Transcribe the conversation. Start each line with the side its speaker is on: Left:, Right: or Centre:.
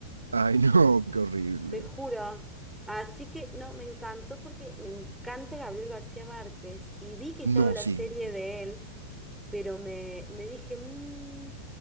Right: Ay, no, qué horrible.
Centre: Te juro. Así que no, me encantó porque me encanta Gabriel García Márquez y vi que estaba
Right: No,
Centre: la
Right: sí,
Centre: serie de él, pero me, me dije, "Mm,